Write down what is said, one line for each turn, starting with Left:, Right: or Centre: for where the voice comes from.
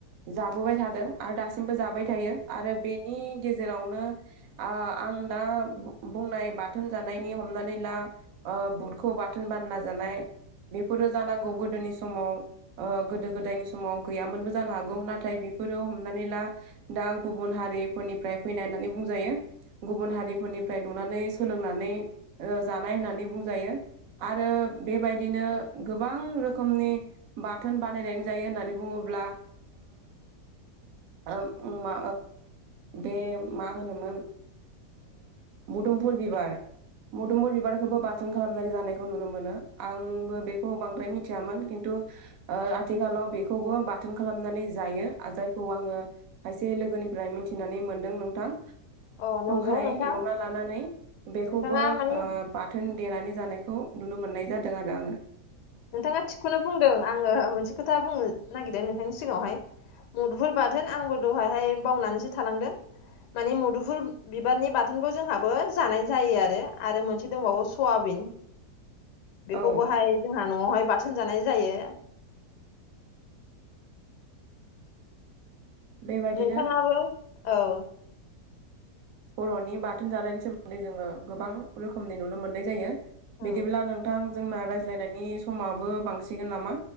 Right: जाबोबाय थादों। आरो दासिमबो जाबाय थायो आरो बेनि गेजेरावनो आं दा बुंनाय बाथोन जानायनि हमनानै ला बुटखौ बाथोन बानायना जानाय बेफोरो जानांगौ गोदोनि समाव गोदो गोदायनि समाव गैयामोनबो जानो हागौ नाथाय बेफोरो हमनानै ला दा गुबुन हारिफोरनिफ्राय फैनाय होननानै बुंजायो। गुबुन हारिफोरनिफ्राय नुनानै सोलोंनानै जानाय होननानै बुंजायो। आरो बेबायदिनो गोबां रोखोमनि बाथोन बानायनानै जायो होननानै बुंङोब्ला ओ मा बे मा होनोमोन मुदुमफुर बिबार मुदुमफुर बिबारखौबो बासन खालामनानै जानायखौ नुनो मोनो आंबो बेखौ बांद्राय मिथियामोन खिन्थु आथिखालाव बेखौबो बाथोन खालामनानै जायो जायखौ आंङो खायसे लोगोनिफ्राय मिथिनानै मोनदों नोंथां
Left: अ नंगौ
Right: फाय
Left: नोंथां
Right: एवना जानानै बेखौबो
Left: नोंथाङा माने
Right: ओ बाथोन देनानै जानायखौ नुनो मोननाय जादों आरो आंङो
Left: नोंथांङा थिगखौनो बुंदों आंङो मोनसे खोथा बुंनो नागिरदों नोंथांनि सिगांङावहाय मुदुर बाथोन आंबो दहायहाय बावनानैसो थालांदों। मानिे मुदुफुल बिबारनि बाथोनखौ जोंहाबो जानाय जायो आरो आरो मोनसे दंबावो सयाबिन बेखौबोहाय
Right: औ
Left: जोंहा न'आवहाय बाथोन जानाय जायो।
Right: बेबायदिनो
Left: नोंथांङाबो औ
Right: बर'नि बाथोन जानायनि सोमोन्दै जोङो गोबां रोखोमनि नुनो मोननाय जायो।
Left: औ
Right: बिदिब्ला नोंथां जोंना रायज्लायनायनि समाबो बांसिगोन नामा?